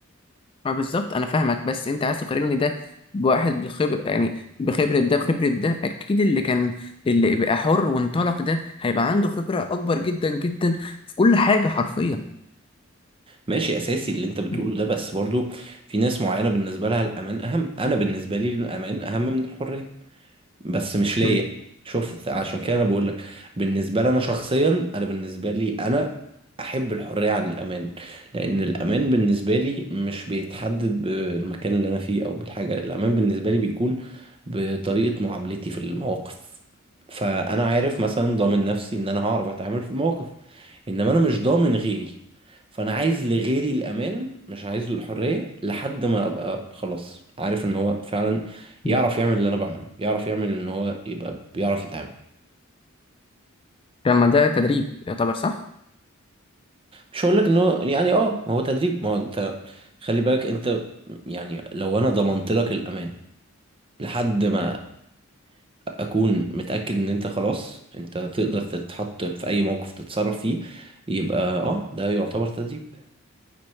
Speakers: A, on the left (about 25°); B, on the right (about 25°).
A: ما بالظبط انا فاهمك بس انت عايز تقارني ده بواحد بخبر يعني بخبره ده بخبره ده اكيد اللي كان اللي بقى حر وانطلق ده هيبقى عنده خبره اكبر جدا جدا في كل حاجه حرفيا
B: ماشي اساسي اللي انت بتقوله
A: م-
B: ده بس برضو في ناس معينة بالنسبة لها الامان اهم انا بالنسبة لي الامان اهم من الحرية بس مش ليا
A: م-
B: شوف عشان كده انا بقول لك بالنسبه لي انا شخصيا انا بالنسبه لي انا احب الحريه عن الامان لان الامان بالنسبه لي مش بيتحدد بالمكان اللي انا فيه او بالحاجه الامان بالنسبه لي بيكون بطريقه معاملتي في المواقف فانا عارف مثلا ضامن نفسي ان انا هعرف اتعامل في المواقف انما انا مش ضامن غيري فانا عايز لغيري الامان مش عايز له الحريه لحد ما ابقى خلاص عارف ان هو فعلا يعرف
A: م.
B: يعمل اللي انا بعمله يعرف يعمل ان هو يبقى بيعرف يتعامل
A: لما ده تدريب يعتبر صح
B: مش هقول لك ان هو يعني اه هو تدريب ما هو انت خلي بالك انت يعني لو انا ضمنت لك الامان لحد ما
A: مم.
B: اكون متاكد ان انت خلاص انت تقدر تتحط في اي موقف تتصرف فيه يبقى اه ده يعتبر تدريب